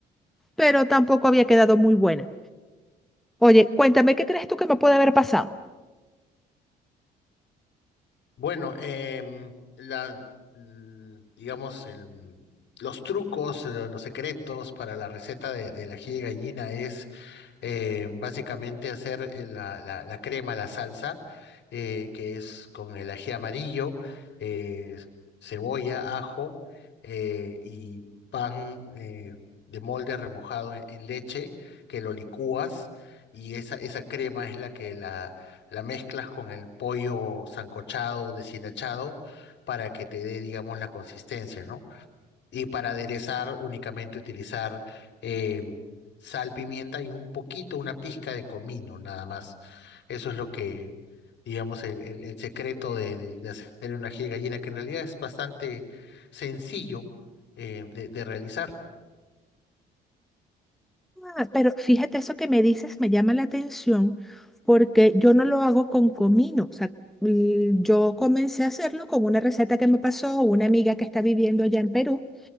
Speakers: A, in the centre; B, on the left.
A: pero tampoco había quedado muy buena. Oye, cuéntame, ¿qué crees tú que me puede haber pasado?
B: Bueno, em, la, l- digamos, el- los trucos, lo- los secretos para la receta de, del ají de gallina es eh, básicamente hacer eh, la, la- la crema, la salsa, eh, que es con el ají amarillo, eh, cebolla, ajo eh, y pan eh, de molde remojado en, en leche, que lo licúas y esa, esa crema es la que la, la mezclas con el pollo sancochado, deshilachado, para que te dé, digamos, la consistencia, ¿no? Y para aderezar, únicamente utilizar eh, sal, pimienta y un poquito, una pizca de comino, nada más. Eso es lo que, digamos, el, el- el secreto de, de- de hacer un ají de gallina, que en realidad es bastante sencillo eh, de, de realizar.
A: Ah, Pero fíjate, eso que me dices me llama la atención porque yo no lo hago con comino. O sea, l- yo comencé a hacerlo con una receta que me pasó una amiga que está viviendo allá en Perú